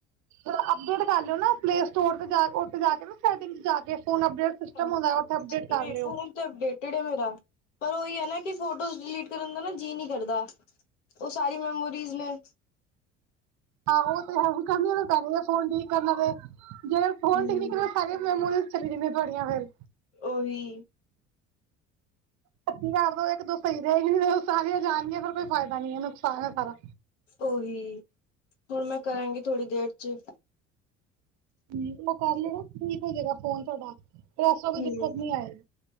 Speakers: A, on the right; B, on the left.
A: ਅਪਡੇਟ ਕਰ ਲਿਓ ਨਾ ਪਲੇ ਸਟੋਰ ਤੇ ਉ ਜਾ ਕੇ ਨਾ ਸੈਟਿੰਗ ਚ ਜਾ ਕੇ ਫੋਨ ਅਪਡੇਟ ਸਿਸਟਮ
B: ਹਾਂ
A: ਹੁੰਦਾ ਅਪਡੇਟ ਕਰ
B: ਨਹੀਂ
A: ਲਿਓ
B: ਫੋਨ ਤੇ ਅਪਡੇਟਡ ਹੈ ਮੇਰਾ ਪਰ ਉਹੀ ਹੈ ਨਾ ਕਿ ਫੋਟੋਸ ਡਿਲੀਟ ਕਰਨ ਦਾ ਨਾ ਜੀਅ ਨੀ ਕਰਦਾ ਉਹ ਸਾਰੀ ਮੈਮੋਰੀਜ ਨੇ
A: ਆਹੋ ਉਹ ਤੇ ਹੈ ਵੀ ਕਰਨੀ ਤੇ ਪੈਣੀ ਐ ਫੋਨ ਠੀਕ ਕਰਨਾ ਤੇ ਜਿਹੜ
B: ਹਮ
A: ਫੋਨ ਠੀਕ ਨੀ ਕਰੀਆ ਸਾਰੀ ਮੈਮੋਰੀਜ ਸ ਮੈਂ ਤੁੜੀਆਂ ਫੇਰ
B: ਉਹੀ
A: ਪੱਚੀ ਹਜ਼ਾਰ ਤੋਂ ਇੱਕ ਦੋ ਸਹੀ ਰਹੇਗੀ ਫੇਰ ਸਾਰੀਆਂ ਜਾਣਗੀਆਂ ਫਿਰ ਕੋਈ ਫਾਇਦਾ ਨੀ ਹੈ ਨੁਕਸਾਨ ਹੈ ਸਾਰਾ
B: ਉਹੀ ਹੁਣ ਮੈਂ ਕਰਾਂਗੀ ਥੋੜੀ ਦੇਰ ਚ
A: ਹਮ ਉਹ ਕਰ ਲੈਣਾ ਠੀਕ ਹੋ ਜਾਏਗਾ ਫੋਨ ਤੁਹਾਡਾ ਤੈ ਵੈਸੇ ਕੋਈ
B: ਹਮ
A: ਦਿੱਕਤ ਨੀ ਆਏਗੀ